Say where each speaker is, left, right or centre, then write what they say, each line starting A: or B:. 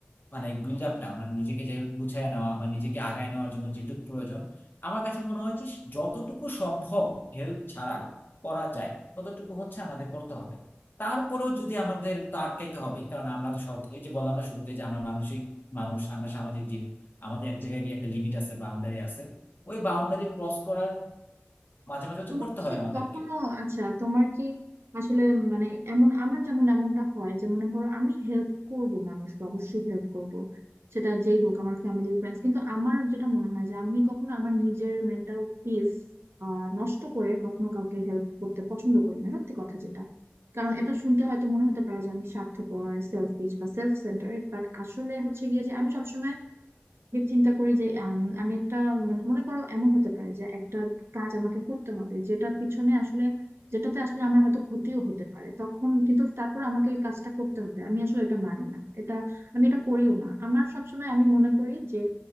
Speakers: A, on the left; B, on the right.
A: মানে বিল্ড আপটা মানে নিজেকে যে গুছায় নেওয়া বা নিজেকে আগায় নেওয়ার জন্য যেটুকু প্রয়োজন আমার কাছে মনে হয় যে যতটুকু সম্ভব হেল্প ছাড়া করা যায় ততটুকু হচ্ছে আমাদের করতে হবে তারপরেও যদি আমাদের তো আটকাইতে হবে কারণ আমরা তো সব এই যে বললাম না শুরুতে যে আমরা মানসিক মানুষ আমরা সামাজিক জীব আমাদের এক জায়গায় গিয়ে একটা লিমিট আছে বাউন্ডারি আছে ওই বাউন্ডারি ক্রস করার মাঝে মাঝে হচ্ছে
B: তোমার
A: করতে
B: কি
A: হয় আমাদেরকে
B: কখনো আচ্ছা তোমার কি আসলে মানে এমন আমার যেমন এমনটা হয় যে মনে করো আমি হেল্প করব মানুষকে অবশ্যই হেল্প করব সেটা যেই হোক আমার ফ্যামিলির ফ্রেন্ডস কিন্তু আমার যেটা মনে হয় যে আমি কখনো আমার নিজের মেন্টাল পিস নষ্ট করে কখনো কাউকে হেল্প করতে পছন্দ করি না সত্যি কথা যেটা কারণ এটা শুনতে হয়তো মনে হতে পারে যে আমি স্বার্থপর সেলফিশ বা সেলফ সেন্টারেড বাট আসলে হচ্ছে গিয়ে যে আমি সবসময় যে চিন্তা করি যে আম, আমি একটা মানে মনে করো এমন হতে পারে যে একটা কাজ আমাকে করতে হবে যেটা পিছনে আসলে যেটাতে আসলে আমার হয়তো ক্ষতিও হতে পারে তখন কিন্তু তারপর আমাকে ওই কাজটা করতে হবে আমি আসলে এটা মানি না এটা আমি এটা করিও না আমার সবসময় আমি মনে করি যে